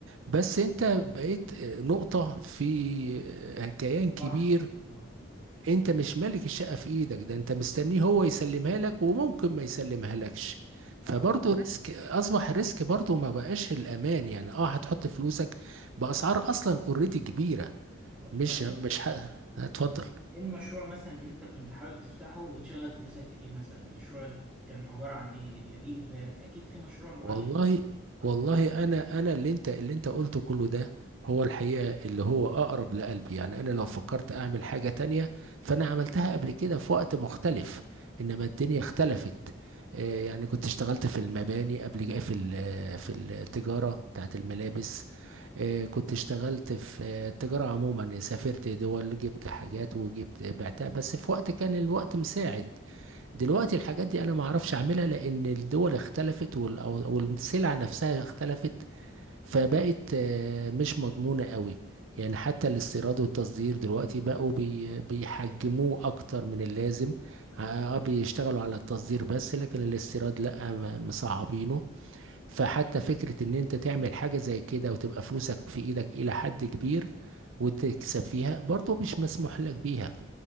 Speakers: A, on the right; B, in the centre.
A: بس انت بقيت آه، نقطة في آه، كيان كبير
B: صح آه
A: انت مش مالك الشقة في ايدك ده انت مستنيه هو يسلمها لك وممكن ما يسلمها لكش فبرضه
B: آه
A: ريسك اصبح ريسك برضه ما بقاش الامان يعني اه هتحط فلوسك باسعار اصلا اوريدي كبيرة
B: آه.
A: مش
B: طب إيه
A: مش ه- هتفضل
B: المشروع مثلا إن أنت كنت حابب تفتحه وتشغل فلوسك فيه مثلا مشروع كان عبارة عن إيه اللي بيجي في بالك أكيد في مشروع معين؟
A: والله
B: آه
A: والله انا انا اللي انت اللي انت قلته كله ده هو الحقيقة اللي هو اقرب لقلبي يعني انا لو فكرت اعمل حاجة تانية فانا عملتها قبل كده في وقت مختلف انما الدنيا اختلفت آه، يعني كنت اشتغلت في المباني قبل كده- في ال- في التجارة بتاعت الملابس آه، كنت اشتغلت في آه، التجارة عموما سافرت دول جبت حاجات وجبت بعتها بس في وقت كان الوقت مساعد دلوقتي الحاجات دي انا ما اعرفش اعملها لان الدول اختلفت وال- أو- والسلع نفسها اختلفت فبقت آه، مش مضمونة قوي يعني حتى الاستيراد والتصدير دلوقتي بقوا بي- بيحجموه اكتر من اللازم اه آه، بيشتغلوا على التصدير بس لكن الاستيراد لا م- مصعبينه فحتى فكرة ان انت تعمل حاجة زي كده وتبقى فلوسك في ايدك الى حد كبير وتكسب فيها برضه مش مسموح لك بيها